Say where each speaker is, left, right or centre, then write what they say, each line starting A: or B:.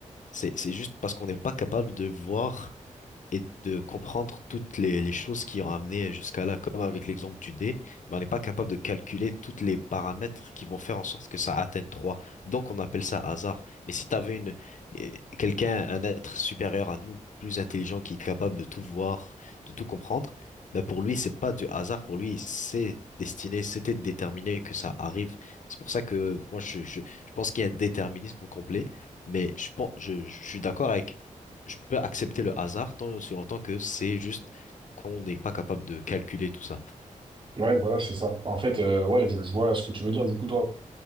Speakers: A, on the left; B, on the right.
A: c'est, c'est juste parce qu'on n'est pas capable de voir et de comprendre toutes les, les choses qui ont amené jusqu'à là, comme avec l'exemple du dé, mais on n'est pas capable de calculer toutes les paramètres qui vont faire en sorte que ça atteigne 3. Donc on appelle ça hasard. Mais si tu avais une, eh, quelqu'un, un être supérieur à nous, plus intelligent, qui est capable de tout voir, de tout comprendre, ben pour lui, c'est pas du hasard, pour lui, c'est destiné, c'était déterminé que ça arrive. C'est pour ça que moi, je, je, je pense qu'il y a un déterminisme complet, mais je, pense, je, je suis d'accord avec je peux accepter le hasard tant et aussi longtemps que c'est juste qu'on n'est pas capable de calculer tout ça.
B: Ouais, voilà, c'est ça. En fait, euh, ouais, je, je vois ce que tu veux dire. Du coup, toi,